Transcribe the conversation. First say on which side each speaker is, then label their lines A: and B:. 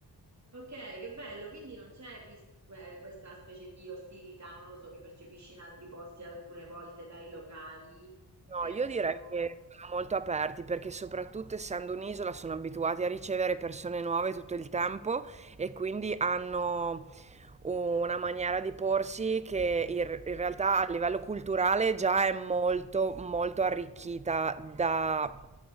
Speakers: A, on the right (about 40°); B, on the right (about 20°).
A: Ok, che bello, quindi non c'è qui- que- questa specie di ostilità, non lo so, che percepisci in altri posti alcune volte dai locali
B: No,
A: verso...
B: io direi che sono molto aperti perché soprattutto essendo un'isola sono abituati a ricevere persone nuove tutto il tempo e quindi hanno una maniera di porsi che in, in realtà a livello culturale già è molto molto arricchita da